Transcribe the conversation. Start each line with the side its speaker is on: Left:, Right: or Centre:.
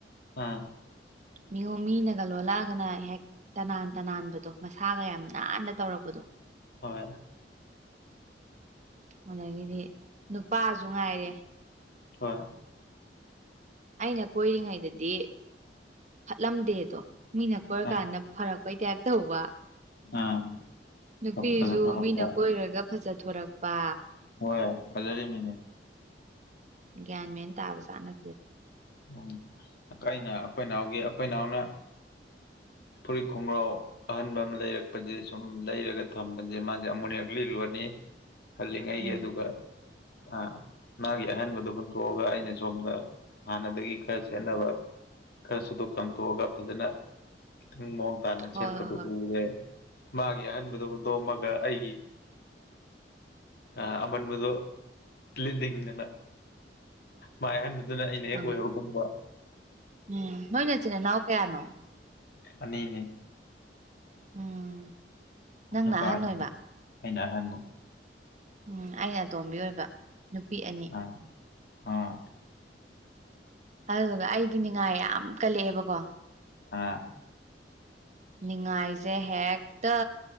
Left: ꯑꯥ
Right: ꯃꯤ ꯃꯤꯅꯒ ꯂꯣꯜꯂꯛꯑꯒꯅ ꯍꯦꯛ ꯇꯅꯥꯟ ꯇꯅꯥꯟꯕꯗꯣ ꯃꯁꯥꯒ ꯌꯥꯝ ꯅꯥꯟꯅ ꯇꯧꯔꯛꯄꯗꯣ
Left: ꯍꯣꯏ
Right: ꯑꯗꯒꯤꯗꯤ ꯅꯨꯄꯥꯁꯨ ꯉꯥꯏꯔꯦ
Left: ꯍꯣꯏ
Right: ꯑꯩꯅ ꯀꯣꯏꯔꯤꯉꯩꯗꯗꯤ ꯐꯠꯂꯝꯗꯦꯗꯣ ꯃꯤꯅ ꯀꯣꯏꯔꯀꯥꯟꯗ
Left: ꯑꯥ
Right: ꯐꯔꯛꯄꯩ ꯇꯥꯏꯞ ꯇꯧꯕ
Left: ꯑꯥ
Right: ꯅꯨꯄꯤꯖꯨ
Left: ꯐꯖ ꯐꯖꯕ
Right: ꯃꯤꯅ ꯀꯣꯏꯒꯔ꯭ ꯒ ꯐꯖꯊꯣꯔꯛꯄ
Left: ꯍꯣꯏ ꯐꯖꯔꯤꯝꯅꯤꯅꯦ
Right: ꯒ꯭ꯌꯥꯟ ꯃꯦꯟ ꯇꯥꯕ ꯖꯥꯠ ꯅꯠꯇꯦꯗ
Left: ꯎꯝ ꯑꯩꯅ ꯑꯩꯈꯣꯏꯅꯥꯎꯒꯤ ꯑꯩꯈꯣꯏ ꯅꯥꯎꯅ ꯐꯨꯔꯤꯠ ꯈꯣꯡꯒ꯭ꯔꯥꯎ ꯑꯍꯟꯕ ꯑꯃ ꯂꯩꯔꯛꯄꯁꯦ ꯁꯨꯝ ꯂꯩꯔꯒ ꯊꯝꯕꯁꯦ ꯃꯥꯁꯦ ꯑꯃꯨꯛ ꯑꯅꯤꯔꯛ ꯂꯤꯠꯂꯨꯔꯅꯤ ꯍꯜꯂꯤꯉꯩꯒꯤ
Right: ꯎꯝ
Left: ꯑꯗꯨꯒ ꯑ ꯃꯥꯒꯤ ꯑꯍꯟꯕꯗꯣ ꯍꯨꯟꯇꯣꯛꯑꯒ ꯑꯩꯅ ꯁꯣꯝꯗ ꯏꯃꯥꯟꯅꯕꯗꯒꯤ ꯈꯔ ꯁꯦꯠꯅꯕ ꯈꯔ ꯁꯨꯇꯣꯛ ꯆꯥꯝꯊꯣꯛꯑꯒ ꯐꯖꯅ ꯈꯤꯇꯪ ꯃꯑꯣꯡ ꯃꯥꯅ
Right: ꯍꯣꯏ
Left: ꯁꯦꯠꯄꯗꯨ
Right: ꯍꯣꯏ ꯍꯣꯏ
Left: ꯎꯔꯦ ꯃꯥꯒꯤ ꯑꯍꯟꯕꯗꯣ ꯍꯨꯟꯗꯣꯛꯑꯝꯃꯒ ꯑꯩꯒꯤ
Right: ꯎꯝ
Left: ꯑ ꯑꯃꯟꯕꯗꯣ ꯂꯤꯠꯅꯤꯡꯗꯅ ꯃꯥꯏ ꯑꯍꯟꯕꯗꯨꯅ ꯑꯩ ꯍꯦꯛ
Right: ꯑꯪ
Left: ꯑꯣꯏꯍꯧꯕꯒꯨꯝꯕ
Right: ꯎꯝ ꯅꯣꯏ ꯅꯆꯤꯟ ꯅꯅꯥꯎ ꯀꯌꯥꯅꯣ
Left: ꯑꯅꯤꯅꯦ
Right: ꯎꯝ ꯅꯪꯅ
Left: ꯅꯨꯄꯥ
Right: ꯑꯍꯟ
Left: ꯑꯅꯤ
Right: ꯑꯣꯏꯕ
Left: ꯑꯩꯅ ꯑꯍꯟꯅꯤ
Right: ꯎꯝ ꯑꯩꯅ ꯑꯇꯣꯝꯕꯤ ꯑꯣꯏꯕ ꯅꯨꯄꯤ ꯑꯅꯤ
Left: ꯑꯥ ꯑꯥ
Right: ꯑꯗꯨꯗꯨꯒ ꯑꯩꯗꯤ ꯅꯤꯡꯉꯥꯏ ꯌꯥꯝ ꯀꯜꯂꯛꯑꯦꯕꯀꯣ
Left: ꯑꯥ
Right: ꯅꯤꯡꯉꯥꯏꯁꯦ ꯍꯦꯛꯇ